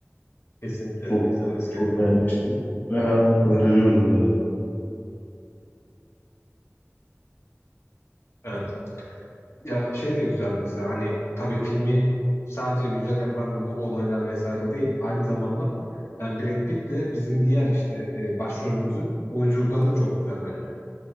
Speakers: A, on the left; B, on the left.
A: Kesinlikle
B: Çok
A: izlenmesi
B: çok
A: gereken.
B: beğenmiştim. Ve he- öneriyorum da yani.
A: Evet. Ya şey de güzel mesela hani tabii filmi sadece güzel yapan bu olaylar vesaire değil. Aynı zamanda yani Brad Pitt'le bizim diğer işte e, başrolümüzün oyunculukları da çok güzel bence.